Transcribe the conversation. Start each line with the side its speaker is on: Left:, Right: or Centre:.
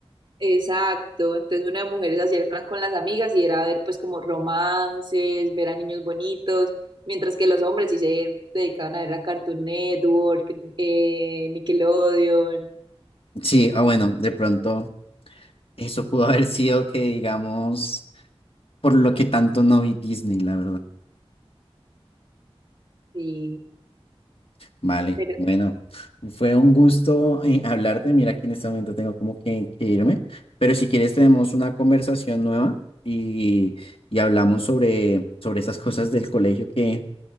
Right: Exacto, entonces una de mujeres hacía el plan con las amigas y era ver pues como romances, ver a niños bonitos, mientras que los hombres sí se dedicaban a ver a Cartoon Network, eh, Nickelodeon,
Left: Sí, o bueno, de pronto eso pudo haber sido que digamos, por lo que tanto no vi Disney, la verdad.
Right: sí,
Left: Vale,
Right: pero
Left: bueno, fue un gusto eh, hablarte. Mira que en este momento tengo como que, que irme, pero si quieres tenemos una conversación nueva y, y hablamos sobre, sobre estas cosas del colegio que